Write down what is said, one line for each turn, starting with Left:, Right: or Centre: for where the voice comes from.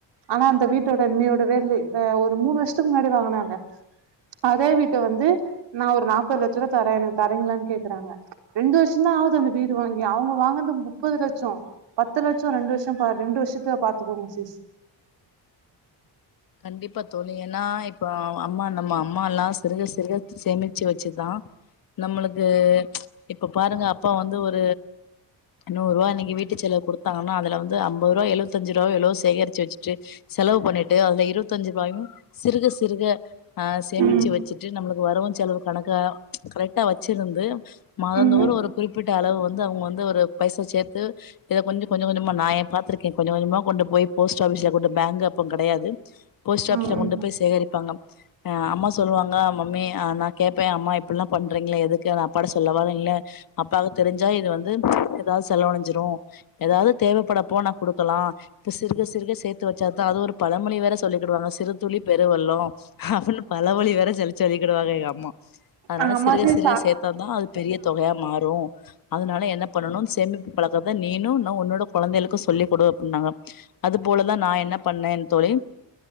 Right: ஆனா அந்த வீட்டோட இன்னியோட வேல்லு வ ஒரு மூணு வருஷத்துக்கு முன்னாடி வாங்குனாங்க அதே வீட்ட வந்து நா ஒரு நாப்பது லட்ச ரூவா தரே எனக்கு தரீங்களான்னு கேக்குறாங்க ரெண்டு வருஷ தா ஆது அந்த வீடு வாங்கி அவங்க வாங்குனது முப்பது லட்சொ பத்து லட்சொ ரெண்டு வருஷொ பா ரெண்டு வருஷத்துல பாத்துக்கோங்க சிஸ்
Left: கண்டிப்பா தோழி ஏன்னா இப்ப அம்மா நம்ம அம்மால்லா ச் சிறுக சிறுக சேமிச்சி வச்சுதா நம்மளுக்கு இப்ப பாருங்க அப்பா வந்து ஒரு நூறு ரூவா இன்னைக்கு வீட்டு செலவுக் குடுத்தாங்கனா அது வந்து அம்பது ரூவா எழுவத்தஞ்சு ரூவா எவ்ளோ சேகரிச்சு வச்சிட்டு செலவு பண்ணிட்டு அந்த இ இருபத்தஞ்சுரூபாயு சிறுக சிறுக ஆ சேமிச்சி
Right: ம்
Left: வெச்சிட்டு நம்மளுக்கு வரவு செலவு கணக்கா கரெக்டா வச்சிருந்து மாதந்தோறு
Right: ம்
Left: ஒரு குறிப்பிட் ட அளவு வந்து அவங்க வந்து ஒரு பைசா சேத்து இத கொஞ்சு கொஞ்ச கொஞ்சமா நா ஏ பாத்திருக்கே கொஞ்ச கொஞ்சமா கொண்டு போய் போஸ்ட் ஆஃபிஸ்ல கொண்டு பேங்க் அப்ப கெடையாது போஸ்ட் ஆஃபிஸ்ல
Right: ம்
Left: கொண்டு போய் சேகரிப்பாங்க அம்மா சொல்லுவாங்க மம்மி அ நா கேப்பே அம்மா இப்டியல்லா பண்றீங்களே எதுக்கு நா அப்பாட சொல்லவானு இல்ல அப்பாகு தெரிஞ்சா இது வந்து எல்லா செலவடஞ்சிரு ஏதாவ்து தேவைப்படப்போ நா குடுக்கலா இப்ப சிறுக சிறுக சேத்து வெச்சா அது ஒரு பழமொழி வேர ச் சொல்லிகிடுவாங்க சிறு துளி பெருவெள்ளோ அப்டின்னு பழமொழி வேர சொல்லி சொல்லிகிடுவாங்க எங்க அம்மா அதனால
Right: ஆமா
Left: சிறுக
Right: சிஸ்
Left: சிறுக சேத்தா தா அது பெரிய தொகையா மாறு அதுனால என்ன பண்ணணு சேமிப்பு பழக்கத நீனு இன்னு உன்னோட கொழந்தைகளுக்கு சொல்லி கொடு அப்டின்னாங்க அது போலதா நா என்ன பண்ணேன் தோழி